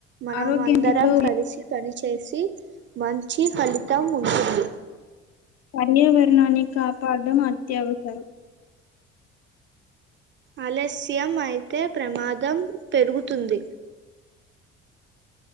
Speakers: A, on the right (about 35°); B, on the left (about 50°).
A: మనమందరం
B: ఆరోగ్యానికి కూడా
A: కలిసి తనిష్ చేసి మంచి ఫలితం వుంటుంది
B: పర్యావరణాన్ని కాపాడ్డం అత్యవసరం
A: ఆలస్యమైతే ప్రమాదం పెరుగుతుంది